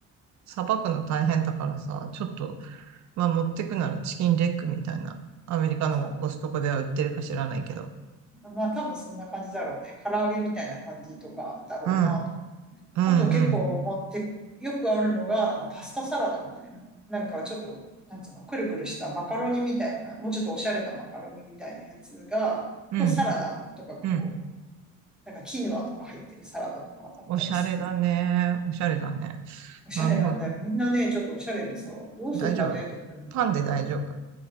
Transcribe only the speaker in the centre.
そう。まあ多分そんな感じだろうね。唐揚げみたいな感じとかだろうなと
あと結構持ってよくあるのが、
なんかパスタサラダみたいな。なんかちょっと、なんつうの、くるくるしたマカロニみたいな、もうちょっとおしゃれなマカロニみたいなやつが、
とサラダとかがこう、
なんかキヌアとか入ってるサラダとかあったりするよ。
おしゃれなんだよ。
みんなね、ちょっとおしゃれでさ、どうするかねって思うのに